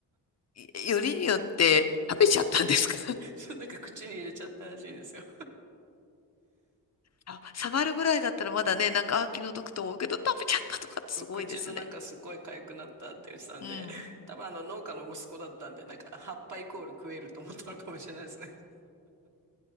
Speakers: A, on the left (about 40°); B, on the right (about 45°).
A: いよりによって食べちゃったんですか <laughs>
B: <laughs> なんか口に入れちゃったらしいんですよ。
A: あ触るぐらいだったらまだね、なんか、あ、気の毒と思うけど、食べちゃったとかってすごいですね。
B: そう、口の中すごい痒くなったって言ってたんで、
A: うん。
B: <laughs> 多分あの農家の息子だったんで、なんか葉っぱイコール食えると思ったのかもしれないですね。